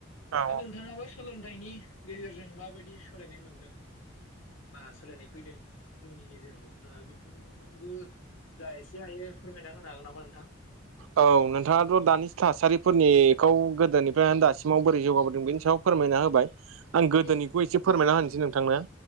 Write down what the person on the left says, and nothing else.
दा नोंथाङाबो सोलोंथाइनि गेजेरजों माबायदि सोलायनाय मोनदों? बा सोलायनाय फैदों जोंनि गेजेराव दा बेखौनो नों थांबो जा एसे हायो फोरमायना होनो हागोन नामा नोंथां?
औ